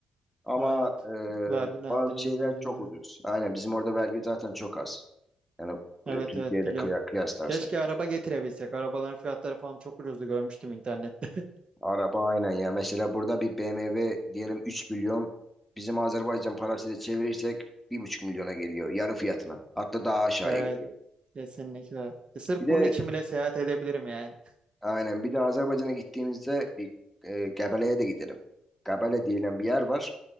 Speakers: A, in the centre; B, on the right (about 45°).
A: Ama
B: Ha, Evet.
A: e,
B: Vergilendirmeden
A: bazı şeyler
B: dolayı.
A: çok ucuz. Aynen bizim orada vergi zaten çok az. Yani
B: Evet
A: e, Türkiye
B: evet
A: ile
B: biliyorum.
A: kıya- kıyaslarsak.
B: Keşke araba getirebilsek. Arabaların fiyatları falan çok ucuzdu görmüştüm internette.
A: Araba aynen ya. Mesela burada bir BMW diyelim 3 milyon. Bizim Azerbaycan parasıyla çevirirsek bir buçuk milyona geliyor. Yarı fiyatına. Hatta daha
B: <laughs>
A: aşağıya
B: Ee,
A: geliyor.
B: Kesinlikle. E, sırf
A: Bir de
B: bunun için bile seyahat edebilirim yani.
A: aynen bir de Azerbaycan'a gittiğimizde bir e, Gebele'ye de gidelim. Gebele denilen bir yer var.